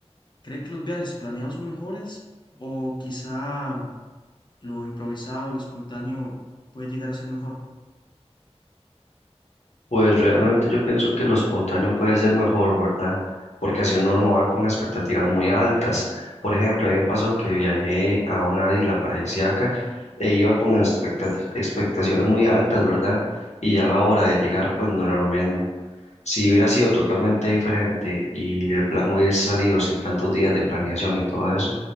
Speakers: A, on the left (about 45°); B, on the left (about 90°).
A: cree que los viajes planeados son mejores o quizá lo improvisado, lo espontáneo puede llegar a ser mejor.
B: Pues realmente yo pienso que lo espontáneo puede ser mejor, ¿verdad? Porque así uno no va con expectativas muy altas. Por ejemplo, a mí me pasó que viajé a una isla paradisíaca e iba con expecta- expectaciones muy altas, ¿verdad? Y ya a la hora de llegar, pues no era lo mismo. Si hubiera sido totalmente diferente y el plan hubiese salido sin tantos días de planeación y todo eso,